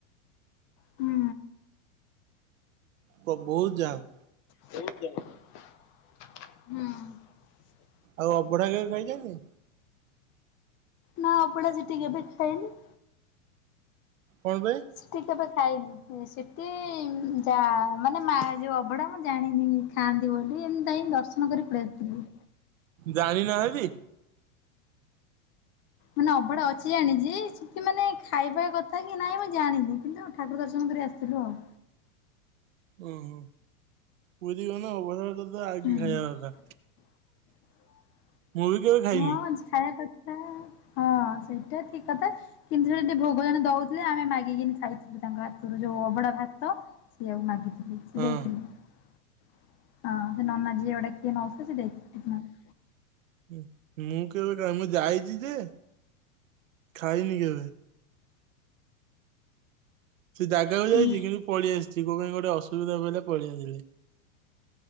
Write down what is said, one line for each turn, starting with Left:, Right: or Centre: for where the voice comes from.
Left: ହୁଁ।
Right: ବୋ ବୋହୁତ ଜାମ।
Left: ବୋହୁତ ଜାମ୍ ହୁଁ।
Right: ଆଉ ଅବଢା କେବେ ଖାଇଚନ୍ତି।
Left: ନା ଅଭଡା ସେଠି କେବେ ଖାଇନି।
Right: ହଁ ବେ।
Left: ସେଠି କେବେ ଖାଇନି। ସେଠି ଯା ମାନେ ମା ଯୋଉ ଅବଢା ମୁଁ ଜାଣିନି। ଖାଆନ୍ତି ବୋଲି ଏମତି ତାଇ ଦର୍ଶନ କରି ପଳେଇ ଆସିଲି।
Right: ଜାଣି ନାହାଁନ୍ତି?
Left: ମାନେ ଅବଢା ଅଛି ଜାଣିଛି ଚି କିଛି ମାନେ ଖାଇବା କଥା କି ନାହିଁ ମୁଁ ଜାଣିନି କିନ୍ତୁ ଠାକୁର ଦର୍ଶନ କରି ଆସିଲୁ ଆଉ।
Right: ଓ ହୋ ପୁରୀ ଗନେ ଅବଢା ଟାତ ଆଗେ
Left: ହୁଁ।
Right: ଖାଇବାକଥା।
Left: <inaudible>
Right: ମୁଁ ବି କେବେ ଖାଇନି
Left: ହଁ ଜି ଖାଇବା କଥା ହଁ ସେଇଟା ଠିକ୍ କଥା। କିନ୍ତୁ ସେ ଟେ ଭୋଗ ଜଣ ଦଉଥିଲେ ଆମେ ମାଗିକିନି ଖାଇଥିଲୁ ତାଙ୍କ ହାତରୁ ଯୋଉ ଅବଡା ଭାତ ସିଏ ଆଉ ମାଗିଥିଲି ସିଏ
Right: ହଁ।
Left: ଦେଇଥିଲେ। ହଁ ସେ ନ ନାଁ ଝିଅ ଡାକି ଏ ନଉସି ତ ସିଏ ଦେ <unintelligible>
Right: ଉଁ ମୁଁ କେବେ କା ମୁଁ ଯାଇଛି ଯେ ଖାଇନି କେବେ। ସେ ଜାଗାକୁ
Left: ହୁଁ
Right: ଯାଇଛି କିନ୍ତୁ ପଳେଇ ଆସିଛି କୋ ପାଇଁ ଗୋଟେ ଅସୁବିଧା ପଇଲା ପଳେଇ ଆସିଲି